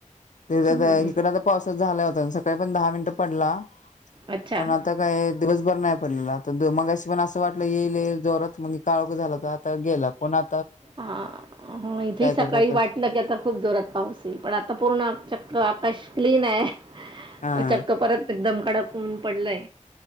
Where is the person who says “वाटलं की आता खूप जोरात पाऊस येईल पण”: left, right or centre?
Right